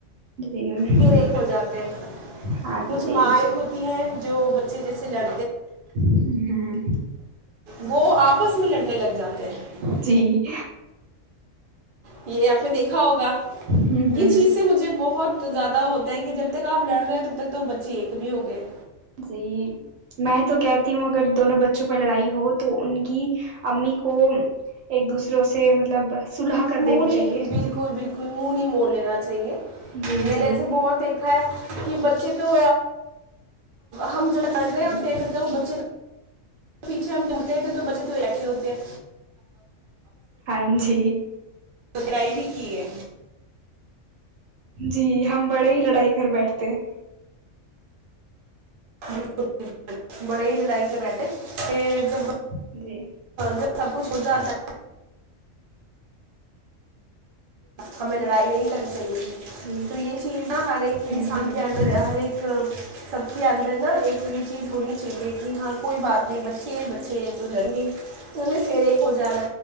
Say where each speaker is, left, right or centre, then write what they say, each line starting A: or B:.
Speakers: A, on the right (about 80°); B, on the right (about 50°).
A: جی
B: پھر ایک ہو جاتے ہیں
A: ہاں
B: کچھ
A: جی
B: ماں ایک ہوتی ہیں جو چیس لڑ
A: ہ
B: وہ آپس میں لڑنے لگ جاتے ہیں
A: جی
B: یہ آپ نے دیکھا ہوگا
A: ہ
B: یہ
A: ہ
B: چیز سے مجھے بہت زیادہ ہوتا ہے کہ جب تک آپ لڑ رہے ہو تب تک تو بچے ایک بھی ہوگئے لے
A: جی میں تو کہتی ہوں اگر دونوں بچوں پر لڑائی ہو تو ان کی امی کو ایک دوسروں سے مطلب صلح کر
B: منہ
A: دینی
B: نہیں
A: چاہیے
B: بالکل بالکل منہ نہیں مڑ لینا چاہیے
A: جی
B: میں
A: جی
B: نے ایسے بہت دیکھا ہے کہ بچے تو ہم ج لڑ رہے
A: جی
B: ہیں اور تیرتے وہ بچے پیچھے ہم لڑتے تو بچے تو ھے ہوتے ہیں
A: ہاں جی
B: تو بڑائی بھی ٹھیک ہے
A: جی ہم بڑے ہی لڑائی کر بیٹھتے ہیں
B: بالکل بک بڑے ہی لڑائی کرے تھ ج
A: جی
B: ج سب کچھ ہو جاتا ہے ہمیں لڑائی نہیں کرنی چاہیے تھی
A: جی
B: تو یہ چیز نا ہر ایک
A: ہوں
B: انسان
A: ہوں
B: کے اندر ہر ایک سب چی آد نا ایک یہ چیز ہونی چاہیے کہ ہاں کوئی بات نہیں بچے بچے تو ڈر گے تویں پھر ایک ہو جا